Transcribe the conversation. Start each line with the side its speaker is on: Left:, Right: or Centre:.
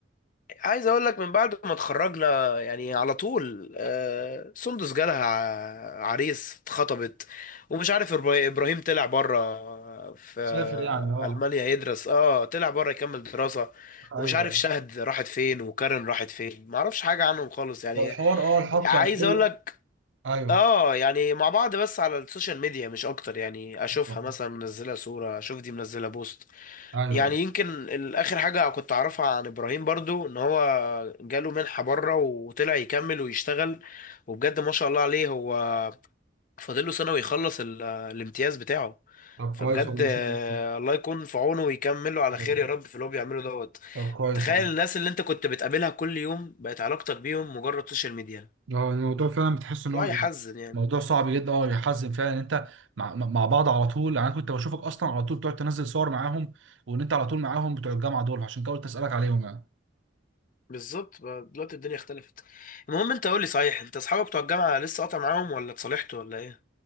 Left: عايز اقول لك من بعد ما اتخرجنا يعني على طول آه، سندس جالها ع- عريس اتخطبت ومش عارف إبرا- ابراهيم طلع بره في آه،
Right: سافر يعني اه
Left: المانيا يدرس اه طلع بره يكمل دراسة
Right: ايوه
Left: ومش عارف شهد راحت فين وكارن راحت فين ما اعرفش حاجة عنهم خالص يعني
Right: فالحوار اه الحوار
Left: عايز
Right: كان كله
Left: اقول لك
Right: ايوه
Left: اه يعني مع بعض بس على السوشيال ميديا مش اكتر يعني اشوفها
Right: طب-
Left: مثلا منزلة صورة اشوف دي منزلة بوست
Right: ايوه
Left: يعني
Right: أيوة.
Left: يمكن ال- اخر حاجه كنت اعرفها عن ابراهيم برضو ان هو جاله منحه بره وطلع يكمل ويشتغل وبجد ما شاء الله عليه هو فاضل له سنه ويخلص ال- الامتياز بتاعه
Right: طب
Left: فبجد
Right: كويس والله ما
Left: آه،
Right: شاء الله
Left: الله يكون في عونه ويكمله على خير
Right: أيوة.
Left: يا رب في اللي هو بيعمله دوت
Right: طب كويس
Left: تخيل
Right: والله
Left: الناس اللي انت كنت بتقابلها كل يوم بقت علاقتك بيهم مجرد سوشيال ميديا
Right: اه الموضوع فعلا بتحس ان هو
Left: الموضوع يحزن يعني
Right: موضوع صعب جدا اه يحزن فعلا ان انت مع, مع بعض على طول يعني انا كنت بشوفك اصلا على طول بتقعد تنزل صور معاهم وان انت على طول معاهم بتوع الجامعه دول عشان كده قلت اسالك عليهم يعني
Left: بالظبط بقى دلوقتي الدنيا اختلفت المهم انت قولي صحيح انت اصحابك بتوع الجامعه لسه قاطع معاهم ولا اتصالحتوا ولا ايه